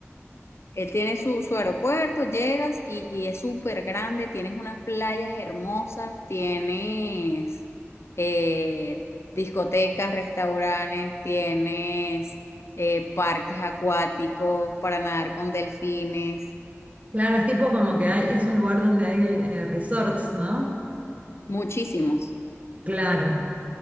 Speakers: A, on the left; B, on the right.
A: Él tiene su, su aeropuerto, llegas y, y es súper grande, tienes unas playas hermosas, tienes eh, discotecas, restaurantes, tienes eh, parques acuáticos para nadar con delfines,
B: Claro, es tipo como que hay, es un lugar donde hay eh, resorts, ¿no?
A: muchísimos.
B: Claro,